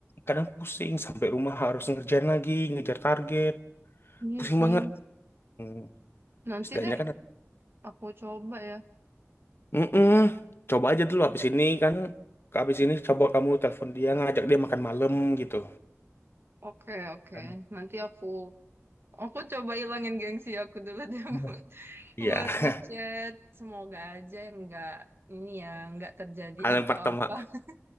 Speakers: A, on the left (about 50°); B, on the right (about 50°).
A: kadang pusing sampai rumah harus ngerjain lagi, ngejar target.
B: Iya
A: Pusing
B: sih.
A: banget. Hmm,
B: Nanti
A: setidaknya
B: deh
A: kan
B: aku coba ya.
A: Mm-mm. Coba aja dulu habis ini kan habis ini coba kamu telepon dia ngajak dia makan malam gitu.
B: Oke, oke.
A: Kan,
B: Nanti aku Aku coba ilangin gengsi aku dulu deh
A: Iya.
B: <laughs> buat,
A: Iya.
B: buat
A: <laughs>
B: ngechat. Semoga aja nggak ini ya nggak terjadi
A: Hal
B: apa-apa.
A: yang pertama
B: <laughs>